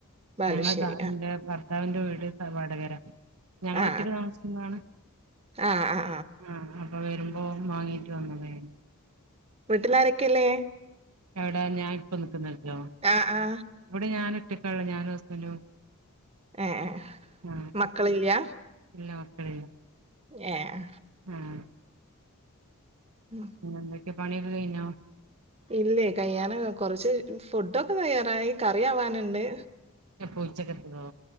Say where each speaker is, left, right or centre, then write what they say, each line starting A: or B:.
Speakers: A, on the right; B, on the right.
A: ബാലുശ്ശേരി
B: ഞങ്ങൾ താ ന്റെ ഭർത്താവിന്റെ വീ ഇത് തറവാട് പെര
A: ആ
B: ഞങ്ങള്
A: ആ
B: ഒറ്റയ്ക്ക് താമസിക്കുന്നാണ്
A: ആ ആ ആ
B: ആ ആ അപ്പ വരുമ്പോ വാങ്ങീട്ട് വന്നതേനി
A: വീട്ടിൽ ആരൊക്കെയിള്ളേ
B: എവിടാ ഞാൻ ഇപ്പ നിക്കുന്നട ലോ
A: ആ ആ
B: ഇവിടെ ഞാന് ഒറ്റയ്- ട്ടുള്ളു ഞാനും ഹസ്ബന്റും.
A: ഏയ്
B: ആഹ്
A: മക്കളില്ല്യ.
B: ഇല്ല മക്കളില്ല.
A: ങ്ങ്യഹ്
B: ആഹ്.
A: ഉം.
B: പിന്നെന്ത്. പണി ഒക്കെ കഴിഞ്ഞോ
A: ഇല്ലേ കൈയ്യാന് കൊറച്ച് ഫുഡൊക്കെ തയ്യാറായി കറി ആവാന്ണ്ട്.
B: എപ്പോ ഉച്ചക്കത്തതോ